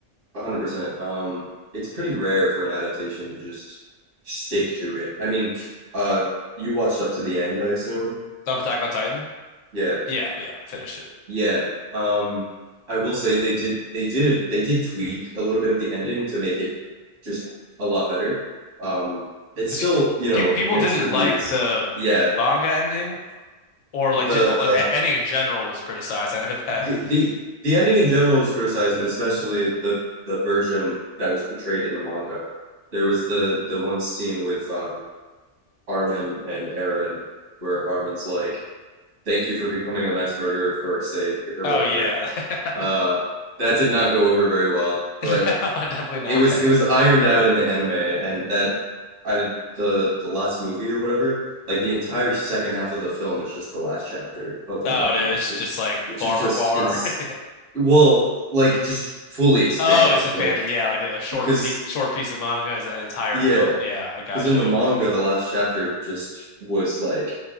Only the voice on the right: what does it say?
100%. Um it's pretty rare for an adaptation to just stick to it. I mean, uh you watched up to the end, I assume.
Yeah.
Yeah. Um, I will say they did they did a they did tweak a little bit of the ending to make it just a lot better. Um, it's
still, you know,
mixed
reviews.
Yeah.
The
the the the ending in general was criticized, but especially the the version that was portrayed in the manga. There was the the one scene with um Armin and Aaron where Armin's like, "Thank you for becoming a mass murderer for our sake," or
whatever.
Uh,
that did not go over very well,
but
it was it was ironed out in the anime, and that I did the the last movie or whatever. Like the entire second half of the film is just the last chapter of the
manga,
which
which
is just
in
well, like just fully expanded,
like
because
yeah,
because in the
manga the last chapter just was like